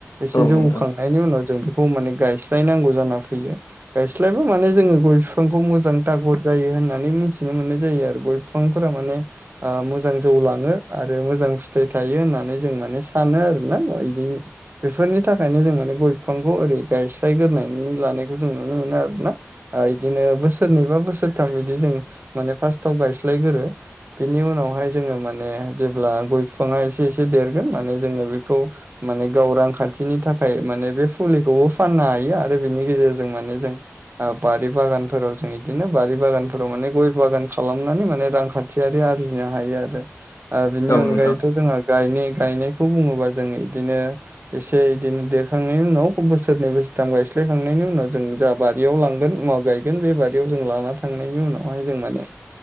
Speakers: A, on the right; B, on the left.
A: एसे
B: औ
A: जौ
B: नोंथां
A: खांनायनि उनाव जों बेखौ माने गायस्लायनांगौ जाना फैयो गायस्लायबो माने जोङो गय बिफांखौ मोजां थागत जायो होननानै मिथिनो मोननाय जायो आरो गय फिफांफोरा माने ओ मो मोजां जौ लांङो आरो मोजां फिथाइ थायो होननानै जों माने सानो आरो ना बिदिनो बेफोरनि थाखायनो जों माने गय बिफांखौ ओरै गायस्लायग्रोनाय लानायखौ जों नुनो मोनो आरो ना आ इदिनो बोसोरनै बा बोसोरथाम इदिनो जों माने फार्स्टआव गायस्लायगोरो बिनि उनावहाय जोंङो माने जेब्ला गय फिफांङा एसे एसे देरगोन माने जोङो बेखौ माने गाव रांखान्थिनि थाखाय माने बे फुलिखौबो फाननो हायो आरो बेनि गेजेरजों माने जों बारि बागानफोराव जों बिदिनो बारि बागानफोराव माने गय बागान खालामनानै माने रांखान्थि आरि आरजिनो हायो आरो बिनि
B: औ
A: अनगायैथ'
B: नोंथां
A: जोंहा गाय गायनायखौ बुङोबा जों इदिनो एसे इदिनो देरखांनायनि उनाव बोसोरनै बोसोरथाम गायस्लायखांनायनि उनाव जों जा बारियाव लांगोन मा गायगोन बे बारियाव जों लाना थांनायनि उनावहाय जों माने